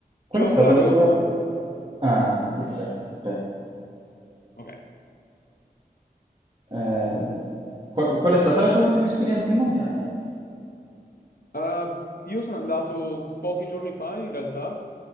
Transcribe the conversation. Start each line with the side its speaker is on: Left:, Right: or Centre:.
Right: Qual
Left: Ciao
Right: è stata
Left: Flavio,
Right: la tua... Ah, Dio, beh, aspetta.
Left: Ok.
Right: Eh, qual, qual è stata la tua ultima esperienza in montagna?
Left: Eh, io sono andato pochi giorni fa in realtà